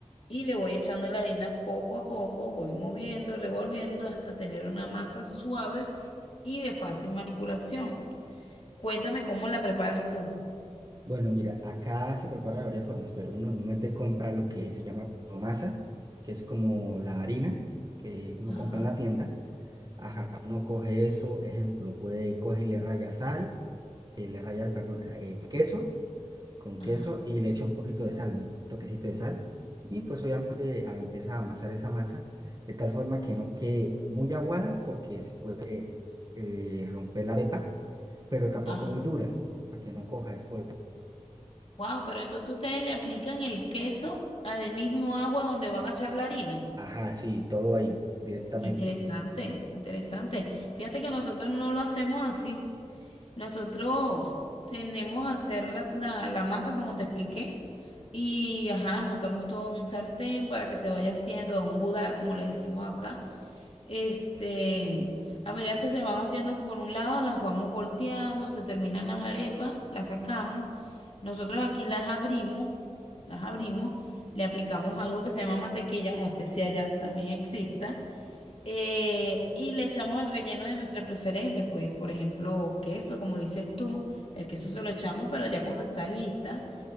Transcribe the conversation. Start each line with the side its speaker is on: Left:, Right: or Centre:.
Left: y le voy echando la harina poco a poco, voy moviendo, revolviendo hasta tener una masa suave y de fácil manipulación. Cuéntame cómo la preparas tú.
Right: Bueno, mira, acá se prepara de varias formas, pero uno normalmente compra lo que se llama promasa, que es como la harina que uno
Left: Ajá,
Right: compra en la tienda. Ajá, uno coge eso, ejemplo, puede coge y le raya sal, eh, le raya, perdón, eh, queso. con
Left: ajá,
Right: queso y le echa un poquito de sal, un toquecito de sal. Y pues obviamente ah, empieza a amasar esa masa de tal forma que no quede muy aguada porque se puede eh, romper la arepa, pero tampoco
Left: Ajá.
Right: muy dura para que no coja después.
Left: Wow, pero entonces ustedes le aplican el queso al mismo agua donde van a echar la harina.
Right: Ajá, sí, todo ahí directamente.
Left: Interesante, interesante. Fíjate que nosotros no lo hacemos así. Nosotros tendemos a hacer la, la- la masa, como te expliqué, y ajá, montamos todo en un sartén para que se vaya haciendo, a un budar, como le decimos acá. Este, a medida que se van haciendo por un lado, las vamos volteando, se terminan las arepas, las sacamos. Nosotros aquí las abrimos, las abrimos, le aplicamos algo que se llama mantequilla, no sé si allá también exista. Eh, y le echamos el relleno de nuestra preferencia, pues por ejemplo queso, como dices tú, el queso se lo echamos, pero ya cuando está lista,